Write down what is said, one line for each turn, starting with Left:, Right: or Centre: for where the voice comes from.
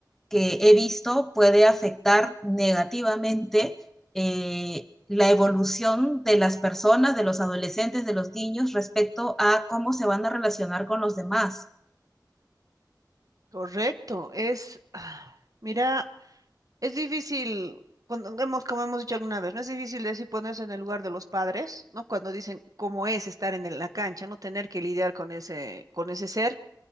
Centre: que he visto puede afectar negativamente eh, la evolución de las personas, de los adolescentes, de los niños respecto a cómo se van a relacionar con los demás.
Right: Correcto, es, ah, mira, es difícil, cuando hemos, como hemos dicho alguna vez, no es difícil decir ponerse en el lugar de los padres, ¿no? Cuando dicen cómo es estar en el- la cancha, no tener que lidiar con ese, con ese ser.